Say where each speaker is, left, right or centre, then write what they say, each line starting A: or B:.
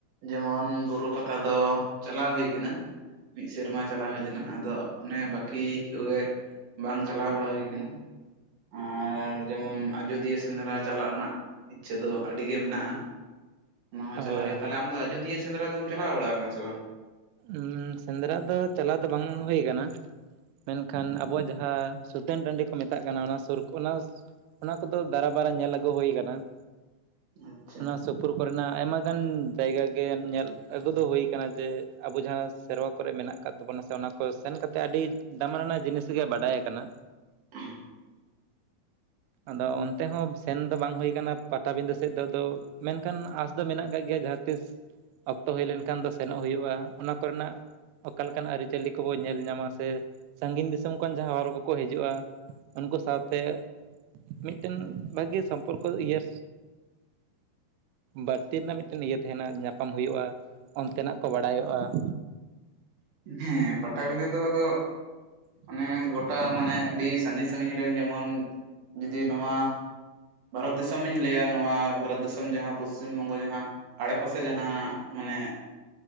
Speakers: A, on the right; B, on the right.
A: ᱡᱮᱢᱚᱱ ᱵᱩᱨᱩ ᱯᱟᱛᱟ ᱫᱚ᱾ ᱪᱟᱞᱟᱣ ᱦᱩᱭ ᱟᱠᱟᱱᱟ᱾ ᱢᱤᱫ ᱥᱮᱸᱨᱢᱟ ᱪᱟᱞᱟ-ᱣ ᱦᱩᱭ ᱞᱮᱱᱟ᱾ ᱟᱫᱚ ᱚᱱᱮ ᱵᱟᱹᱠᱤ ᱠᱚᱜᱮ ᱵᱟᱝ, ᱪᱟᱞᱟ-ᱣ ᱵᱟᱲᱟ ᱦᱩᱭ ᱟᱠᱟᱱᱟ ᱟᱨ ᱡᱮᱢᱚᱱ᱾ ᱟᱡᱳᱫᱤᱭᱟᱹ ᱥᱮᱸᱫᱽᱨᱟ᱾ ᱪᱟᱞᱟ-ᱜ ᱨᱮᱱᱟ-ᱜ ᱤᱪᱪᱷᱟᱹ ᱫᱚ, ᱟᱹᱰᱤᱜᱮ ᱢᱮᱱᱟᱜᱼᱟ᱾ ᱚᱱᱟ ᱦᱚᱸ ᱪᱟᱞᱟ-ᱜ
B: ᱦᱳᱭ
A: ᱦᱩᱭᱩ-ᱜᱼᱟ᱾
B: ᱦᱳᱭ
A: ᱛᱟᱦᱟᱞᱮ ᱟᱢᱫᱚ ᱟᱡᱳᱫᱤᱭᱟᱹ ᱥᱮᱸᱫᱽᱨᱟ ᱫᱚᱢ᱾ ᱪᱟᱞᱟ-ᱣ ᱵᱟᱲᱟ ᱟᱠᱟᱱᱟ ᱥᱮ ᱵᱟᱝ?
B: ᱩᱸᱻ ᱥᱮᱸᱫᱽᱨᱟ ᱫᱚ᱾ ᱪᱟᱞᱟ-ᱣ ᱫᱚ ᱵᱟᱝ ᱦᱩᱭ ᱟᱠᱟᱱᱟ᱾ ᱢᱮᱱᱠᱷᱟᱱ ᱟᱵᱚᱣᱟ-ᱜ ᱡᱟᱦᱟᱸ ᱥᱩᱛᱟᱹᱱ ᱴᱟᱺᱰᱤ ᱠᱚ ᱢᱮᱛᱟ-ᱜ ᱠᱟᱱᱟ ᱾ᱚᱱᱟ ᱥᱩᱨ ᱚᱱᱟ ᱚᱱᱟ ᱠᱚ-ᱫᱚ ᱫᱟᱨᱟ-ᱵᱟᱨᱟ ᱧᱮᱞ ᱟᱹᱜᱩ ᱦᱩᱭ ᱟᱠᱟᱱᱟ᱾
A: ᱟᱪᱪᱷᱟ
B: ᱚᱱᱟ ᱥ ᱥᱩᱯᱩᱨ ᱠᱚᱨᱮᱱᱟ-ᱜ ᱟᱭᱢᱟ ᱜᱟᱱ ᱡᱟᱭᱜᱟ᱾ ᱜᱮ ᱧᱮᱞ ᱟᱹᱜᱩ ᱫᱚ ᱦᱩᱭ ᱟᱠᱟᱱᱟ᱾ ᱡᱮ ᱟᱵᱚ ᱡᱟᱦᱟᱸ ᱥᱮᱸᱨᱣ-ᱟ ᱾ᱠᱚᱨᱮ ᱢᱮᱱᱟᱜ ᱟᱠᱟᱫ ᱛᱟᱵᱚᱱᱟ᱾ ᱥᱮ ᱚᱱᱟ ᱠᱚ, ᱥᱮᱱ ᱠᱟᱛᱮ ᱟᱹᱰᱤ ᱫᱟᱢᱟᱱ ᱟᱱᱟ-ᱜ ᱡᱤᱱᱤᱥ ᱜᱮ᱾ ᱵᱟᱰᱟᱭ ᱟᱠᱟᱱᱟ᱾
A: <unintelligible>
B: ᱟᱫᱚ ᱚᱱᱛᱮ ᱦᱚᱸ, ᱥᱮᱱ ᱫᱚ ᱵᱟᱝ ᱦᱩᱭ ᱟᱠᱟᱱᱟ᱾ ᱯᱟᱛᱟᱵᱤᱸᱫᱟᱹ ᱥᱮᱫ ᱫᱚ᱾ ᱟᱫᱚ ᱢᱮᱱᱠᱷᱟᱱ ᱟᱸᱥ ᱫᱚ ᱢᱮᱱᱟ-ᱜ ᱟᱠᱟᱫ ᱜᱮᱭᱟ ᱾ᱡᱟᱦᱟᱸ ᱛᱤᱥ ᱚᱠᱛᱚ ᱦᱩᱭ ᱞᱮᱱᱠᱷᱟᱱ ᱫᱚ, ᱥᱮᱱᱚ-ᱜ ᱦᱩᱭᱩᱜᱼᱟ ᱚᱱᱟ ᱠᱚᱨᱮᱱᱟ-ᱜ ᱚᱠᱟᱞᱮᱠᱟᱱᱟ-ᱜ ᱟᱹᱨᱤᱪᱟᱹᱞᱤ ᱠᱚ-ᱵᱚ ᱧᱮᱞ ᱧᱟᱢᱟ᱾ ᱥᱮ ᱥᱟᱹᱜᱤᱧ ᱫᱤᱥᱚᱢ ᱠᱷᱚᱱ᱾ ᱡᱟᱦᱟᱸᱭ ᱦᱚᱲ ᱠᱚᱼᱠᱚ ᱦᱤᱡᱩᱜᱼᱟ᱾ ᱩᱱᱠᱩ ᱥᱟᱶᱛᱮ ᱢᱤᱫᱴᱮᱱ ᱵᱷᱟᱹᱜᱤ ᱥᱚᱢᱯᱚᱨ ᱠᱚ ᱤᱭᱟᱹ ᱵᱟᱹᱲᱛᱤ ᱨᱮᱱᱟ-ᱜ ᱢᱤᱫ ᱢᱤᱫᱴᱮᱱ ᱤᱭᱟᱹ ᱛᱟᱦᱮᱸᱱᱟ᱾ ᱧᱟᱯᱟᱢ ᱦᱩᱭᱩᱜᱼᱟ ᱾ᱚᱱᱛᱮᱱᱟ-ᱜ ᱠᱚ ᱵᱟᱲᱟᱭᱚᱜᱼᱟ᱾
A: ᱦᱮᱸ, ᱯᱟᱴᱟᱵᱤᱸᱫᱟᱹ ᱫᱚ᱾ ᱟᱫᱚ ᱚᱱᱮ, ᱜᱚᱴᱟ ᱢᱟᱱᱮ, ᱟᱹᱰᱤ ᱥᱟᱹᱜᱤᱧ - ᱥᱟᱹᱜᱤᱧ ᱨᱮᱱ ᱡᱮᱢᱚᱱ, ᱡᱩᱫᱤ ᱱᱚᱣᱟ ᱵᱷᱟᱨᱚᱛ ᱫᱤᱥᱚᱢᱤᱧ ᱞᱟᱹᱭᱟ᱾ ᱱᱚᱣᱟ ᱵᱷᱟᱨᱚᱛ ᱫᱤᱥᱚᱢ ᱡᱟᱦᱟᱸ ᱯᱚᱥᱪᱤᱢ ᱵᱚᱝᱜᱚ ᱾ᱡᱟᱦᱟᱸ ᱟᱸᱲᱮ ᱯᱟᱥᱮ᱾ ᱡᱟᱦᱟᱸ ᱢᱟᱱᱮ